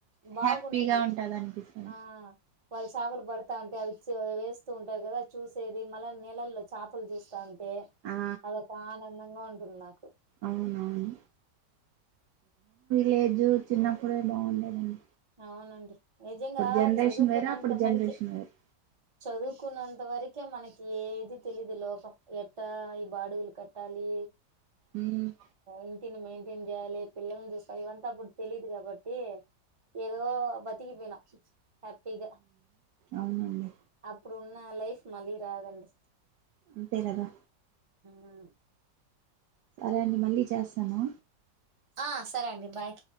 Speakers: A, on the right; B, on the right.
A: బాగుంటుంది
B: హ్యాపీగా ఉంటది అనిపిస్తది
A: ఆ వారి చేపలు పడుతా ఉంటే అవి వేస్తూ ఉంటారు కదా చూసేది మళ్ళ నెలల్లో చేపలు చూస్తా ఉంట ట్టే
B: ఆ
A: అదొక ఆనందంగ ఉంటుంది నాకు
B: అవునవును లేజు చిన్నప్పుడే బాగుండేదండి
A: అవునండి నిజంగా
B: ఇప్పుడు జనరేషన్
A: చదువుకున్నంత
B: వేరు అప్పుడు జనరేషన్
A: వరకి
B: వేరు
A: చదువుకున్నంత వరకి ముఖే మనకి ఏది తెలిదు లోకం ఎట్ట ఈ బాడుగులు కట్టాలి
B: ఉమ్
A: ఇంటిని మేయింటై టెన్ చేయాలి పిల్లని చూస్తారు ఇవంతా అప్పుడు తెలీయదు కాబట్టి ఏదో బతికి పోనాం హ్యాపీగా
B: అవునండి
A: అప్పుడున్న లైఫ్ మళ్ళీ రాదండి
B: అంతే కదా
A: ఉం
B: సరే అండి మళ్ళీ చేస్తాను
A: ఆ సరే అండి బాయ్